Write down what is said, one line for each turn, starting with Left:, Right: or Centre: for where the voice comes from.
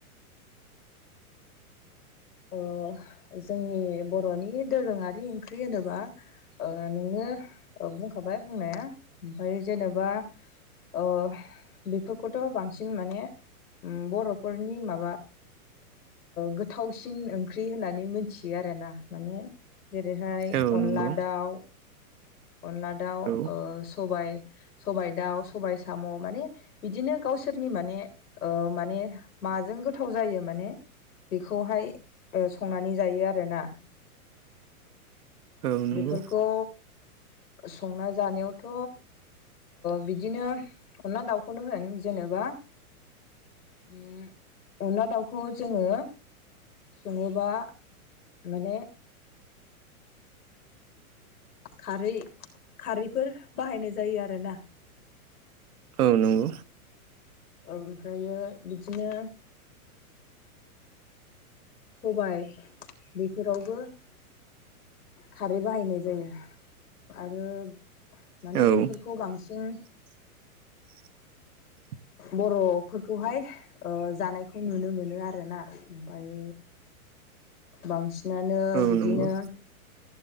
Left: ओ जोंनि बर'नि दोरोङारि ओंख्रि होनोबा नोंङ बुंखाबाय बुंनाया ओमफ्राय जेनेबा ओ बेफोरखौथ' बांसिन माने उम बर'फोरनि माबा गोथाव बांसिन ओंख्रि होननानै मिथियो आरो ना माने जेरैहाय
Right: औ
Left: अनला
Right: नंगौ
Left: दाउ अनला दाउ
Right: औ
Left: सबाय सबाइ दाउ सबायाइ साम' माने बिदिनो गावसोरनि माने माने माजों गोथाव जायो माने बेखौहाय संनानै जायो आरोना
Right: औ नंगौ
Left: बेफोरखौ संना जानायावथ' बिदिनो अनला दाउ खौनो होन जेनेबा उम अनला दाउखौ जोङो सङोबा माने खारै खारैफोर बाहायनाय जायो आरो ना
Right: औ नंगौ
Left: ओमफ्रायो बिदिनो सबाय बेफोरावबो खारै बाहायनाय जायो आरो माने
Right: औ
Left: बेफोरखौ बांसिन
Right: <inaudible> <unintelligible>
Left: बर'फोरखौहाय जानायखौ नुनो मोनो आरोना ओमफ्राय बांसिनानो
Right: औ
Left: बिदिनो
Right: नंगौ